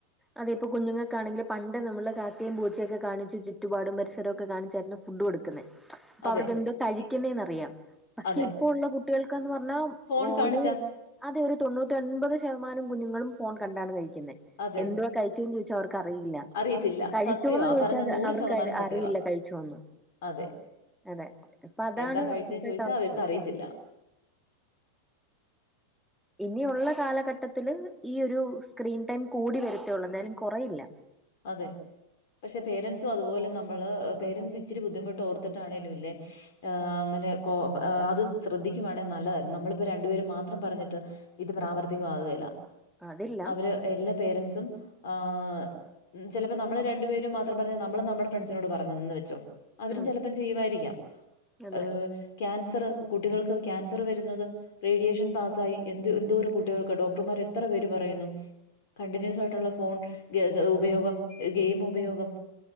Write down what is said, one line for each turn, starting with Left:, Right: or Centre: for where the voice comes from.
Centre: അതെ ഇപ്പോ കുഞ്ഞുങ്ങക്കാണെങ്കിൽ പണ്ട് നമ്മള് കാക്കെയും പൂച്ചയുക്കെ കാണിചു ചുറ്റുപാടും പരിസരക്കെ കാണിച്ചായിരുന്നു ഫുഡ് കൊടുക്കുന്നെ അപ്പൊ
Left: അതെ
Centre: അവർക്ക് എന്തോ കായികണ്ടെന്നറിയ
Left: ഇ
Centre: പക്ഷെ
Left: അതെ
Centre: ഇപ്പ ഉള്ള കുട്ടികൾക്കന്ന് പറഞ്ഞാ
Left: ഫോൺ
Centre: ഒരു
Left: കാണിച്ചാ
Centre: അതെ ഒരു തൊണ്ണൂറ്റി ഓൻപത് ശതമാനം കുഞ്ഞുങ്ങളും ഫോൺ
Left: ആഹ്.
Centre: കണ്ടാണ് കഴിക്കുന്നെ
Left: അതെ.
Centre: എന്തുവാ കഴിച്ചന്ന് ചോയ്ച്ച അവർക്ക് അറിയില്ല
Left: അറിയത്തില്ല.
Centre: കഴിച്ചോന്ന്
Left: സത്യവാ. ആ
Centre: ചോയിച്ചാൽ
Left: പറഞ്ഞ നൂറ്
Centre: അവർക്ക്
Left: ശതമാനം സത്യവാ.
Centre: അറിയില്ല കഴിച്ചോന്ന്
Left: അതെ.
Centre: അതെ ഇപ്പ അതാണ്
Left: എന്താ കഴിച്ചേന്ന്
Centre: ഇപ്പഴ്ത്തെ
Left: ചോദിച്ചാ
Centre: അവസ്ഥ
Left: അവർക്ക് അറിയത്തില്ല.
Centre: ഇനിയുള്ള കാലഘട്ടത്തില് ഈ ഒരു സ്ക്രീൻ ടൈം കൂടി വരത്തെ ഒള്ളു എന്തായാലും കൊറയില്ല
Left: അതെ പക്ഷെ പേരെന്റ്സും അതുപോലെ നമ്മെള് പേരെന്റ്സ് ഇച്ചിരി ബുദ്ധിമുട്ട് ഓർത്തിട്ടാണെലും ലെ ആഹ് അങ്ങനെ കോ ഏഹ് അത് ശ്രദ്ധിക്കുവാണെ നല്ലതായിരുന്നു നമ്മളിപ്പോ രണ്ടുപേരും മാത്രം പറഞ്ഞിട്ട് ഇത് പ്രാവർത്തികമാക്‌കെലാ
Centre: അതില്ല
Left: അവര് എല്ലാ പേരന്റ്സും ആഹ് ഉം ചെലപ്പോ നമ്മൾ രണ്ടു പേരും മാത്രം പറഞ്ഞ് നമ്മൾ നമ്മടെ ഫ്രണ്ട്സിനോട് പറഞ്ഞെന്ന് വെച്ചോ അവരും
Centre: ഉം
Left: ചെലപ്പംചെയ്യുവായിരിക്കാം
Centre: അതെ
Left: അഹ് ക്യാൻസെർ കുട്ടികൾക്ക് ക്യാൻസെർ വെരുന്നെത് റേഡിയേഷൻ പാസ്സായി എന്ത് എന്തോരം കുട്ടികൾക്ക് ഡോക്ടർമാർ എത്ര പേര് പറയുന്നു കണ്ടിന്യൂസ് ആയിട്ടുള്ള ഫോൺ ഉപയോഗം ഗെയിം ഉപയോഗം